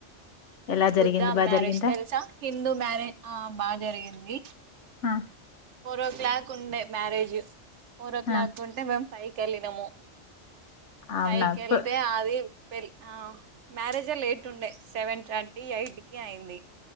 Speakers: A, on the left; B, on the right.
A: ఎలా
B: బుద్ధ
A: జరిగింది బాగా
B: మ్యారేజ్
A: జరిగిందా
B: తెలుసా హిందు మ్యారేజ్ ఆ బాగ జరిగింది
A: ఆ
B: ఫోర్ ఓ క్లాక్ ఉండే మ్యారేజు ఫోర్ ఓ క్లాక్
A: ఆ,
B: ఉంటే మేమ్ పైకెళ్ళినము
A: అవునా
B: పైకెళ్తే
A: ప-
B: అది పేల్ ఆ మ్యారేజ్ లేట్ ఉండే సెవెన్ థర్టీ ఎయిట్ కి అయింది